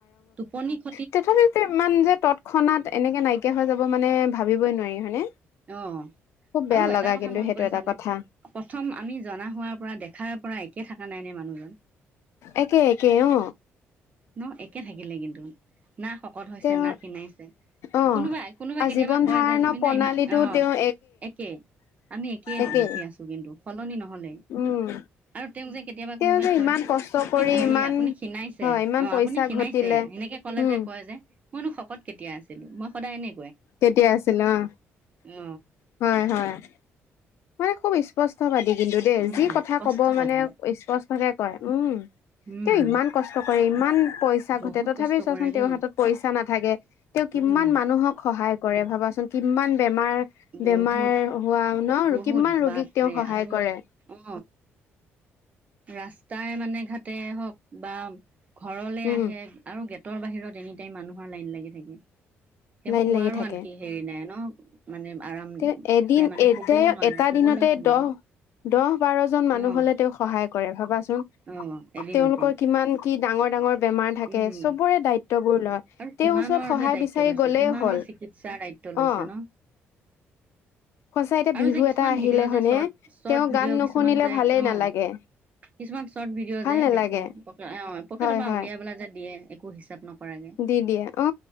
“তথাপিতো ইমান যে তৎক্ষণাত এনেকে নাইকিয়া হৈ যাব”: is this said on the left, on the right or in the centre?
Left